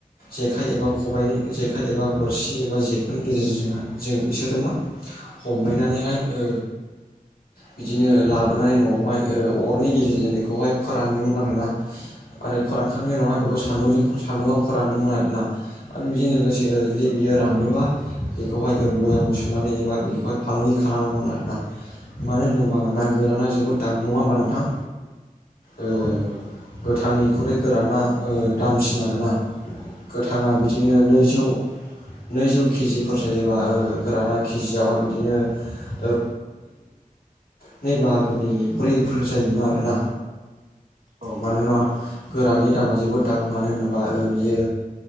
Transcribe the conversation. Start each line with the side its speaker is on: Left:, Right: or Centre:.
Left: जेखाइ एबा खबाइनि जेखाइ एबा बोरसि एबा जेखायनि गेजेरजोंहाय जों बिसोरो मा हमबायनानैहाय ओ बिदिनो लाब न'आवहाय ओ अरनि गेजेरजों बेखौहाय फोरानोमोन आरोना। आरो फोरानखांनायनि उनावहाय बेखौ
Right: नंगौ
Left: सान्दुंजों
Right: नंगौ
Left: सान्दुंआव फोराननोमोन आरोना। आरो बेजों लोगोस जोङो जुदि
Right: औ
Left: बियो
Right: नंगौ
Left: रानोबा बेखौहाय ओ बयामआव सोनानै एबा बे फार फालांगि खालामोमोन आरोना। मानो होनोबा ना गोराना जोबोद दाम नङा होमबा नोंथां? ओ
Right: औ नंगौ औ नंगौ नंगौ औ
Left: गोथांनिख्रुइ गोराना ओ दामसिन आरोना गोथाङा बिदिनो नैजौ
Right: नंगौ
Left: नैजौ केजिफोर जायोबा ओ गोराना केजियावहाय बिदिनो ओ नै नै बाहागोनि ब्रैफोर जायोमोन आरोना
Right: औ
Left: मानोना
Right: नंगौ नंगौ
Left: गोरानि दामा जोबोद दाम मानो होनोबा ओ बियो